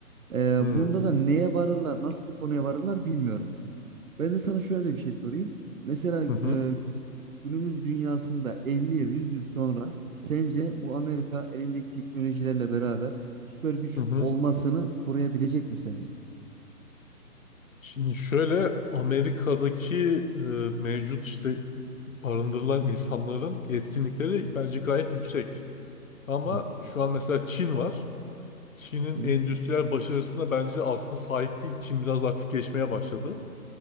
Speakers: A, on the right (about 60°); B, on the left (about 55°).
A: E,
B: Hmm,
A: bunda da neye varırlar, nasıl bir konuya varırlar bilmiyorum. Ben de sana şöyle bir şey sorayım. Mesela
B: Hı hı.
A: e, Günümüz dünyasında 50 yıl, 100 yıl sonra sence bu Amerika elindeki teknolojilerle beraber süper güç
B: Hı hı.
A: olmasını koruyabilecek mi sence?
B: Şimdi şöyle Amerika'daki e, mevcut işte barındırılan insanların yetkinlikleri bence gayet yüksek. Ama
A: Evet.
B: şu an mesela Çin var. Çin'in
A: Hı hı.
B: endüstriyel başarısına bence aslında sahip değil. Çin biraz artık geçmeye başladı.